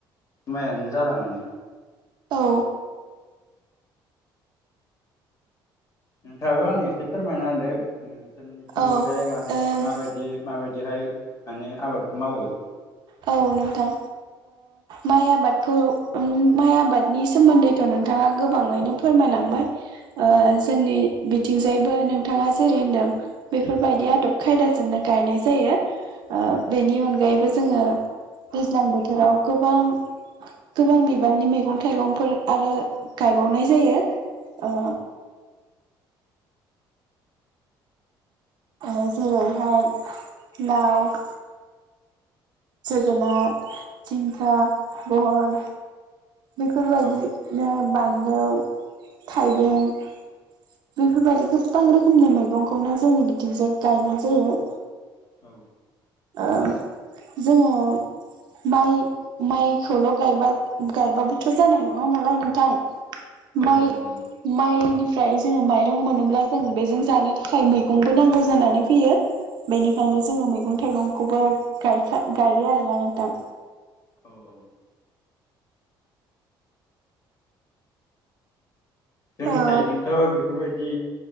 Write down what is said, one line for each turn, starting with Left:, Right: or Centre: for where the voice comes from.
Left: माइयानो जाला माने।
Right: औ
Left: नोंथाङाबो आंनो एसे फोरमायना होदो <unintelligible> नोसोरनिथिंजाय
Right: औ
Left: माने
Right: ओम
Left: माबायदि माबायदिहाय माने आबादखौ मावो।
Right: औ नोंथां माइ आबादखौ माइ आबादनि सोमोन्दैथ' नोंथाङा गोबाङैनो फोरमायलांबाय। ओ जोंनि बिथिंजायबो नोंथाङा जेरै होनदों बेफोरबायदि
Left: औ
Right: आदब खायदाजोंनो गायनाय जायो बेनि अनगायैबो जोङो दैज्लां बोथोराव गोबां गोबां बिबांनि मैगं थाइगंफोर आरो गायबावनाय जायो। ओ
Left: औ
Right: ओ जेरै <unintelligible> लाव <inaudible> जोगोनार, जिंखा, बहल बेफोर बायदिनो
Left: औ
Right: <unintelligible> फानलौ, थाइबें बेफोरबायदि गोबां रोखोमनि मैगंखौनो जोंनि बिथिंजों गायनाय जायो।
Left: औ।
Right: ओ जोङो माइ माइखौल' गायबा गायबाबोथ' जानाय नङा नालाय नोंथां माइ-
Left: औ औ नंगौ
Right: माइनि ओमफ्राय जोङो माइरं मोनोब्ला जों बेजों जानो थाखाय मैगंबो नांगौ जानानै फैयो। बेनिखायनो
Left: औ
Right: जोङो मैगं थाइगंखौबो गायखा गायो आरोना नोंथां।
Left: औ औ। जोंनि
Right: ओ
Left: थाइजोंथ' बेफोरबायदि